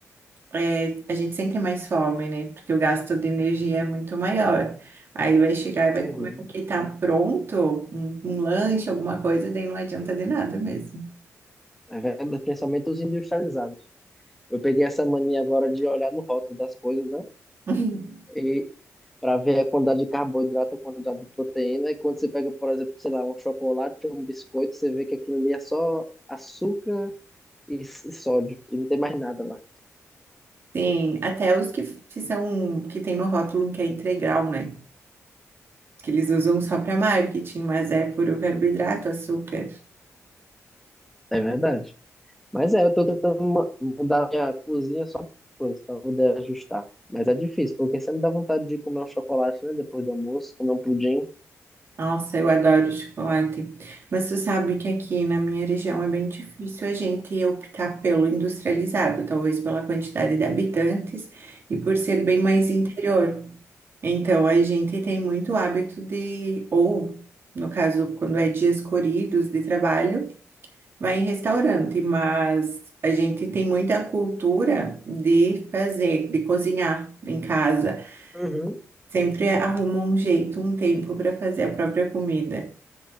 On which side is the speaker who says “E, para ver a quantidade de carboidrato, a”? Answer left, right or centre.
Centre